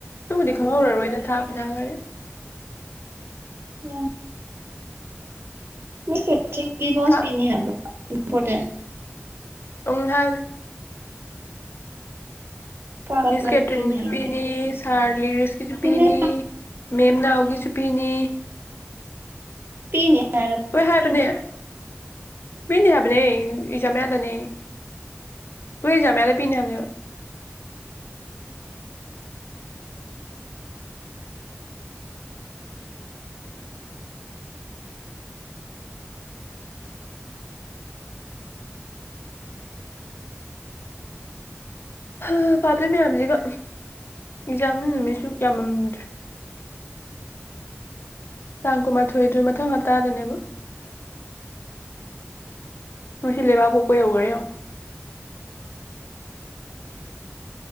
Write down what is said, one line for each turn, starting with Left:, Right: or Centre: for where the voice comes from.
Left: ꯇꯕꯨꯗꯤ ꯈꯪꯍꯧꯔ ꯔꯣꯏꯗ ꯊꯥꯛ ꯊꯥꯛꯒꯔꯦ <inaudible>
Right: ꯑꯣ ꯃꯦ ꯀꯦ ꯆꯤꯡꯒꯤ ꯅꯣꯁ
Left: ꯊꯥꯛ
Right: ꯄꯤꯅꯤ ꯍꯥꯏꯕ꯭ꯔꯥ ꯏꯝꯄꯣꯔꯇꯦꯟ
Left: ꯎꯪꯍ
Right: ꯀꯥ ꯀꯥ
Left: ꯃꯤꯁ
Right: ꯂꯣꯏ
Left: ꯀꯦꯇ꯭ꯔꯤꯟꯒꯤꯁꯨ
Right: ꯍꯥꯏꯒꯦ
Left: ꯄꯤꯅꯤ ꯁꯥꯔ ꯂꯤꯔꯤꯁꯀꯤꯁꯨ ꯄꯤꯅꯤ
Right: ꯃꯦꯝ
Left: ꯃꯦꯝ ꯅꯥꯎꯒꯤꯁꯨ ꯄꯤꯅꯤ
Right: ꯄꯤꯅꯤꯍ
Left: ꯂꯣꯏ ꯍꯥꯏꯕꯅꯦ ꯄꯤꯅꯤ ꯍꯥꯏꯕꯅꯦ ꯑꯦꯖꯥꯝꯗꯅꯦ ꯅꯣꯏ ꯑꯦꯖꯥꯝ ꯃꯌꯥꯗ ꯄꯤꯅ ꯍꯥꯏꯕꯅꯦ ꯍ ꯄꯥꯗꯣꯏ ꯃꯌꯥꯝꯁꯤꯒ ꯑꯦꯛꯖꯥꯝ ꯅꯨꯃꯤꯠꯁꯨ ꯌꯥꯝꯃꯝꯗ꯭ꯔꯦ ꯇꯥꯡ ꯀꯨꯟꯃꯥꯊꯣꯏ ꯗꯨ ꯃꯊꯪ ꯍꯞꯇꯥꯗꯅꯦꯕ ꯉꯁꯤ ꯂꯩꯕꯥꯛ ꯄꯣꯛꯄ ꯌꯧꯈꯔꯦꯡꯉ